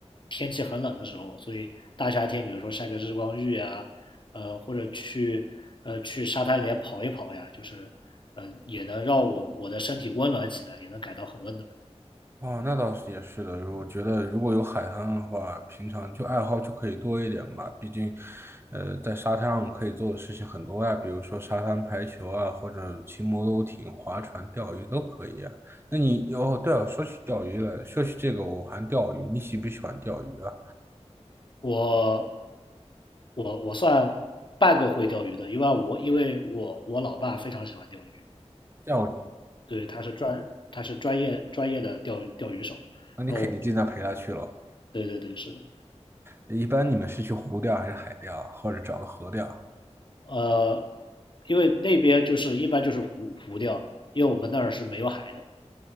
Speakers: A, on the left; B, on the right.
A: 天气很冷的时候，所以大夏天比如说晒个日光浴啊，呃或者去呃去沙滩里跑一跑呀，就是呃也能让我我的身体温暖起来，也能感到很温暖。
B: 哦，那倒是也是的。我觉得如果有海滩的话，平常就爱好就可以多一点吧。毕竟，呃，在沙滩上可以做的事情很多呀，比如说沙滩排球啊，或者骑摩托艇、划船、钓鱼都可以啊。那你哦，对了，说起钓鱼了，说起这个，我还钓鱼，你喜不喜欢钓鱼啊？
A: 我我我算半个会钓鱼的，因为我因为我我老爸非常喜欢钓鱼，
B: 钓
A: 对，他是专他是专业专业的钓鱼钓鱼手，
B: 那你肯定经常陪他去了。
A: 然后对对对是的，
B: 一般你们是去湖钓还是海钓，或者找个河钓？
A: 呃，因为那边就是一般就是浮浮钓，因为我们那儿是没有海的。